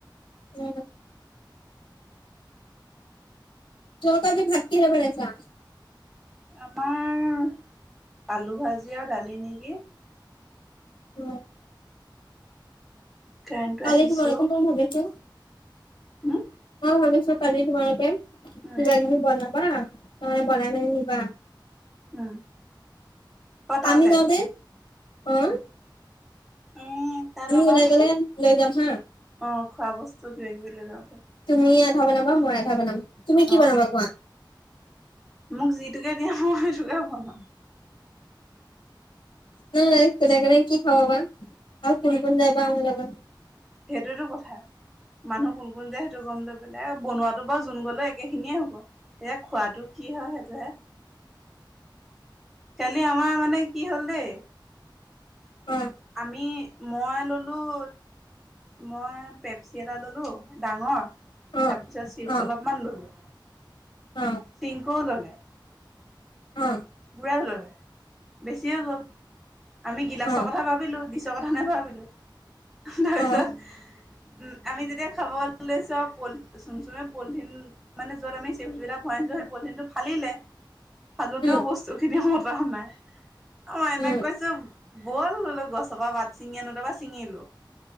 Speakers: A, on the left; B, in the centre.
A: উম। তৰকাৰী-ভাত কিহে বনাইছা?
B: আমাৰ আলু ভাজি আৰু দালি নেকি!
A: অঁ।
B: কাৰেণ্টটো
A: কালি
B: আহিছো
A: <unintelligible> ভাবিছো।
B: উম
A: মই ভাবিচো কালি তোমালোকে
B: উম
A: কিবা-কিবি বনাবা, নহলে বনাই মেলি নিবা।
B: উম। অ তালে
A: আমি যাওঁতে, অঁ।
B: উম, তাত আমাৰ
A: ওলাই গলে লৈ যাম হা
B: অঁ খোৱা বস্তু কিবা-কিবি লৈ যাব পাৰি।
A: তুমি আধা বনাবা মই আধা বনাম তুমি কি
B: অ
A: বনাবা কোৱা?
B: মোক যিটোকে দিয়া মই সেইটোকে বনাম।
A: নাই <unintelligible> খাবা বা আৰু কোন কোন যাই বা আমাৰ লগত?
B: সেইটোয়েতো কথা মানুহ কোন কোন যায় সেইটো গম লৈ বনোৱাতো বাৰু যোন গলেও একে খিনিয়ে হ'ব। এতিয়া খোৱাটো কি হয় সেইটোহে। কালি আমাৰ মানে কি হ'ল দেই।
A: অ।
B: আমি মই ল'লোঁ মই পেপচি এটা ল'লোঁ ডাঙৰ।
A: অ
B: তাৰপিছত চিপছ
A: অ
B: অলপমান ললো
A: অ
B: পিংকোয়েও ললে।
A: অ।
B: <unintelligible> বেছি হৈ গ'ল আমি গিলাচৰ
A: অ অ
B: কথা ভাবিলো দিচৰ ক নাভাবিলোঁ তাৰপিছত
A: অ
B: উম, আমি যেতিয়া খাব লৈছো আৰু প চোন-চোনে পলিথিন মানে য'ত আমি চুপছ বিলাক ভৰাইছো সেই পলিথিন টো ফালিলে ফালোতেও
A: উম
B: বস্তু খিনি মতা নাই অ, এনে
A: উম
B: কৈছো ব'ল বোলো গছৰ পৰা পাত ছিঙি আনোগে তাৰ পিছত ছিঙিলো।